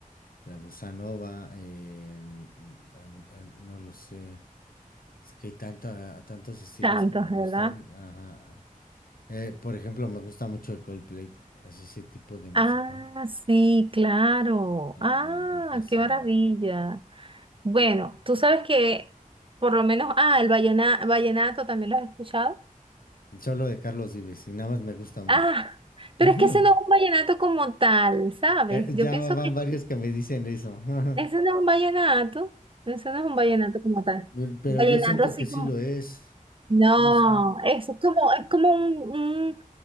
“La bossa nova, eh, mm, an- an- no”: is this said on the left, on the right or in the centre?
Left